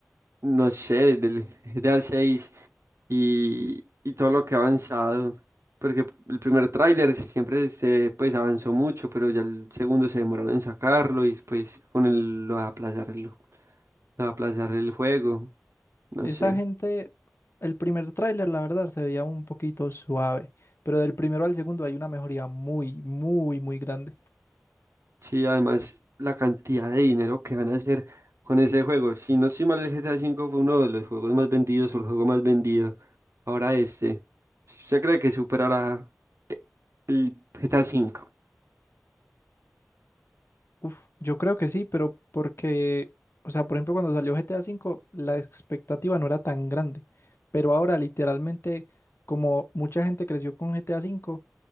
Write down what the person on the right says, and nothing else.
no sé, del GTA 6 y, y todo lo que ha avanzado. Porque el primer tráiler siempre se pues avanzó mucho, pero ya el segundo se demoraron en sacarlo y después con el lo de aplazar el, lo de aplazar el juego. No
sé.
Sí, además la cantidad de dinero que van a hacer con ese juego. Si no estoy mal, el GTA 5 fue uno de los juegos más vendidos o el juego más vendido. Ahora este. ¿Usted cree que superará eh, GTA V?